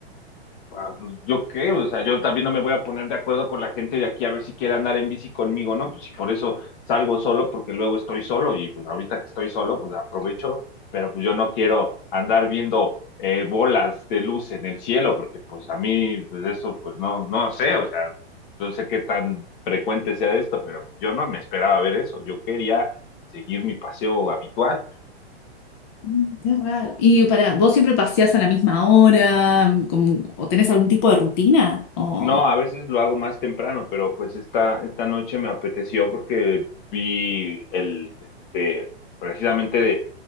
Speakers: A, on the left (about 50°); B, on the left (about 25°).
A: Ah, pues, ¿Yo qué? O sea, yo también no me voy a poner de acuerdo con la gente de aquí a ver si quiere andar en bici conmigo, ¿no? Pues si por eso salgo solo, porque luego estoy solo y pues ahorita que estoy solo, pues aprovecho, pero pues yo no quiero andar viendo eh, bolas de luz en el cielo, porque pues a mí, pues eso, pues no, no sé, o sea, no sé qué tan frecuente sea esto, pero yo no me esperaba ver eso, yo quería seguir mi paseo habitual.
B: Mm, Qué raro. Y para, ¿vos siempre paseás a la misma hora? mm, ¿Con- ¿O tenés algún tipo de rutina? O,
A: No, a veces lo hago más temprano, pero pues esta, esta noche me apeteció porque vi el, este, precisamente de-